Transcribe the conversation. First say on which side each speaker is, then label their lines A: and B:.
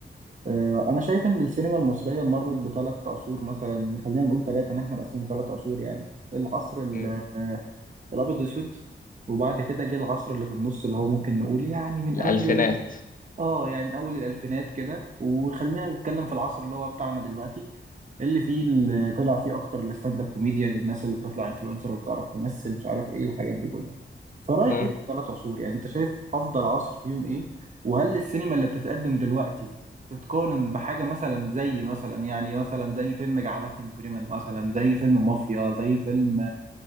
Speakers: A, on the right; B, on the left.
A: آه، انا شايف ان السينما المصريه مرت بثلاث عصور مثلا خلينا نقول ثلاثه ان احنا نقسمهم ثلاث عصور يعني العصر ال-
B: مم.
A: آه، الابيض واسود وبعد كده جه العصر اللي في النص اللي هو ممكن نقول يعني من
B: الألفينات
A: اول اه يعني من اول الالفينات كده وخلينا نتكلم في العصر اللي هو بتاعنا دلوقتي اللي فيه اللي طلع فيه اكتر الستاند اب كوميديا الناس اللي بتطلع انفلونسر وبتعرف تمثل مش عارف ايه الحاجات دي كلها فرايك
B: مم.
A: ايه في الثلاث عصور يعني انت شايف افضل عصر فيهم ايه وهل السينما اللي بتتقدم دلوقتي تتقارن بحاجة مثلا زي مثلا يعني مثلا زي فيلم جعلتني مجرما مثلا زي فيلم مافيا زي فيلم